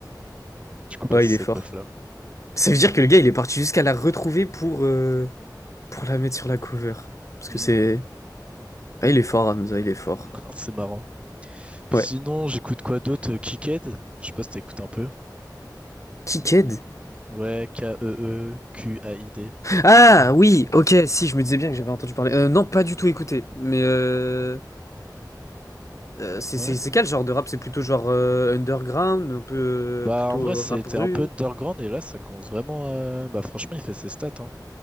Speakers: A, on the right; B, on the left.
A: Du coup, bah,
B: ouais,
A: c'est
B: il est fort.
A: cette meuf-là.
B: Ça veut dire que le gars il est parti jusqu'à la retrouver pour, euh, pour la mettre sur la cover. Parce que
A: Mm.
B: c'est. Ah, il est fort, Hamza, il est fort.
A: <laughs> C'est marrant. Puis
B: Ouais.
A: sinon, j'écoute quoi d'autre? Euh, Kicked? Je sais pas si t'écoutes un peu.
B: Kiked?
A: Ouais, K-E-E-Q-A-I-D.
B: Ah oui, ok, si, je me disais bien que j'avais entendu parler. Euh, non, pas du tout écouté, mais. euh... Euh, c'est
A: Ouais.
B: c'est- c'est quel genre de rap? C'est plutôt genre euh, underground, un peu euh,
A: Bah,
B: plutôt
A: en vrai,
B: euh,
A: c'était
B: rap rue.
A: un peu underground et là, ça commence vraiment. euh, Bah, franchement, il fait ses stats, hein.